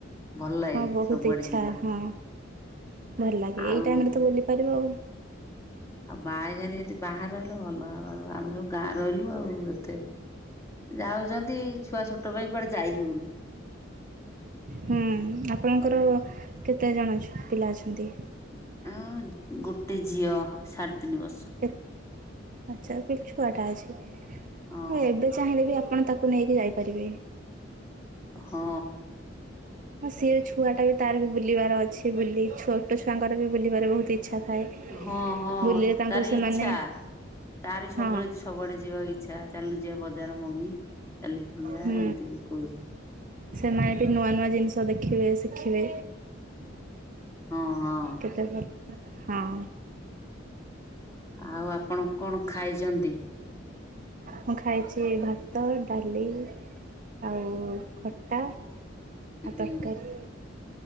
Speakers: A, on the left; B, on the right.
A: ଭଲ ଲାଗେ
B: ହଁ ବହୁତ
A: ସବୁଆଡେ
B: ଇଚ୍ଛା
A: ଯିବାକୁ।
B: ହଁ ଭଲ ଲାଗେ
A: ଆଉ
B: ଏଇ ଟାଇମ ରେ ତ ବୁଲି ପାରିବ ଆଉ।
A: ଆଉ ବାହା ହେଇ ଯଦି ବାହାରେ ରହିଲ ଭଲ ଆଉ ଆଉ ଆମେ ସବୁ ଗାଁ ରହିଲୁ ଆଉ ଏତେ ଯାଉଛନ୍ତି ଛୁଆ ଛୋଟ ପାଇଁ କୁଆଡେ ଯାଇ ହଉନି।
B: ହୁଁ ଆପଣଙ୍କର କେତେ ଜଣ ଛୁଆ ପିଲା ଅଛନ୍ତି?
A: ଆ ଗୋଟେ ଝିଅ ସାଢ଼େ ତିନି ବର୍ଷ।
B: କେତ୍ ଆଛା, ଏବେ ଛୁଆଟା ଅଛିଁ।
A: ହଁ
B: ମୁଁ ଏବେ ଚାହିଁଲେ ବି ଆପଣ ତାକୁ ନେଇକି ଯାଇପାରିବେ!
A: ହଁ।
B: ହଁ, ସିଏ ଛୁଆଟା ବି ତାର ବି ବୁଲିବାର ଅଛି ବୁଲି। ଛୋଟ ଛୁଆଙ୍କର ବି ବୁଲିବାର ବହୁତ ଇଚ୍ଛା ଥାଏ।
A: ହଁ, ହଁ,
B: ବୁଲିଲେ ତାଙ୍କୁ
A: ତାରି
B: ସେମାନେ
A: ଇଛା, ତାରି ସବୁବେଳେ
B: ହଁ
A: ଝୋ ସବୁଆଡ଼େ ଯିବାକୁ ଇଚ୍ଛା, ଚାଲୁନୁ ଯିବା ବଜାର ମମି। ଚାଲିକି ଯିବା
B: ହୁଁ।
A: ଏମିତି କହୁଛି
B: ସେମାଏ ବି, ନୂଆ ନୂଆ ଜିନିଷ ଦେଖିବେ, ଶିଖିବେ।
A: ହଁ ହଁ
B: କେତେ ଭଲ <inaudible> ହଁ।
A: ଆଉ, ଆପଣ କଣ ଖାଇଛନ୍ତି?
B: ମୁଁ ଖାଇଛି ଭାତ, ଡାଲି ଆଉ ଖଟା, ଆଉ
A: ହୁଁ
B: ତରକାରୀ।